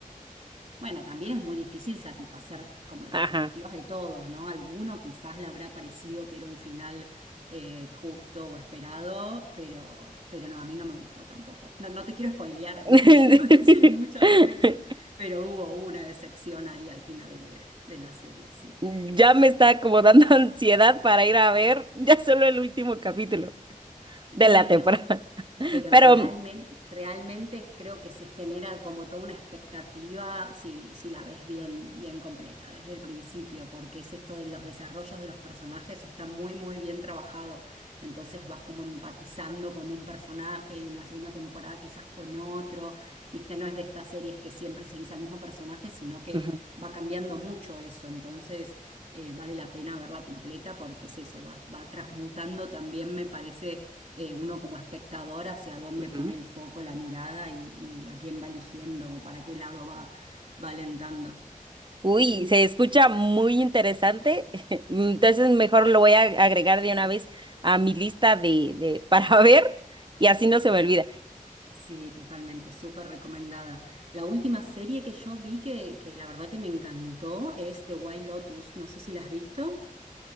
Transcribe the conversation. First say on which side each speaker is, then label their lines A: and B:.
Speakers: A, on the right; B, on the right.
A: bueno, también es muy difícil satisfacer como las
B: Ajá.
A: expectativas de todos, ¿no? Alguno quizás le habrá parecido que era un final eh, justo o esperado, pero, pero no, a mí no me gustó tampoco. No, no te quiero spoilear,
B: <laughs>
A: no te <laughs> quiero decir mucho al respecto, pero hubo una decepción ahí al final de, de la serie, sí.
B: Ya me está como dando <laughs> ansiedad para ir a ver ya solo el último capítulo
A: Y,
B: de la temporada.
A: y no, pero
B: Pero...
A: realmente, realmente creo que se genera como toda una expectativa si, si la ves bien, bien completa desde el principio, porque es esto de los desarrollos de los personajes, está muy, muy bien trabajado. Entonces vas como empatizando con un personaje y en la segunda temporada quizás con otro. Viste, no es de estas series que siempre seguís al mismo personaje, sino que
B: Ujú,
A: va cambiando mucho eso. Entonces eh, vale la pena verla completa porque es eso, va, va transmutando también, me parece eh, uno como espectador hacia dónde
B: ujú.
A: pone el foco, la mirada y, y a quién va eligiendo o para qué lado va, va alentando.
B: Uy, se escucha muy interesante. <laughs> Entonces mejor lo voy a agregar de una vez a mi lista de, de para <laughs> ver y así no se me olvida.
A: Sí, totalmente, súper recomendada. La última serie que yo vi que, que la verdad que me encantó es The Wild Lotus. No sé si la has visto.